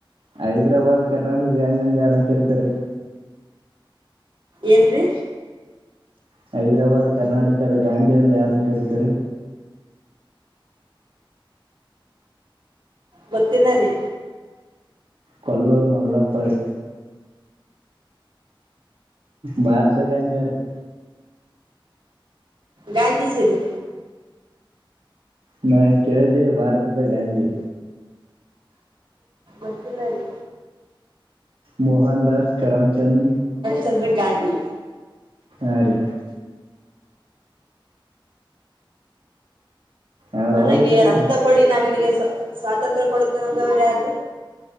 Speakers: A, on the right; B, on the right.
A: ಹೈದ್ರಾಬಾದ್ ಕರ್ನಾಟಕ ಗಾಂಧಿಯ ಅಂದ ಆರಂ ಕರತಾರೆ
B: ಏನ್ದ್ರಿ
A: ಹೈದ್ರಾಬಾದ್ ಕರ್ನಾಟಕದ ಗಾಂಧಿ ಅಂದ ಯಾರನ್ನ ಕರಿತಾರೆ
B: ಗೊತ್ತಿಲ್ಲ ರೀ
A: ಕೊಲ್ಲೂರು ಮಲ್ಲಪ್ಪರಿ ಭಾರದ ಗಾಂಧಿ ಯಾರ್ರೀ
B: ಗಾಂಧೀಜಿರಿ
A: ನಾ ಕೇಳಿದ್ದೆ ಭಾರತದ ಗಾಂಧಿ
B: ಗೊತ್ತಿಲ್ಲಾರಿ
A: ಮೋಹನ್ ದಾಸ್ ಕರಾಮಚಂದ್
B: ಚಂದ್ರ ಗಾಂಧಿ
A: ಆ ರಿ ಅವ್ರ
B: ನನಗೆ
A: ಅವನ್ ಹೆಸರೇನ್ರಿ
B: ರಕ್ತ ಕೊಡಿ ನಾ ನಿನಗೆ ಸ್ವಾತಂತ್ರ್ಯ ಕೊಡುತ್ತೇನೆಂದವ್ರ ಯಾರಿ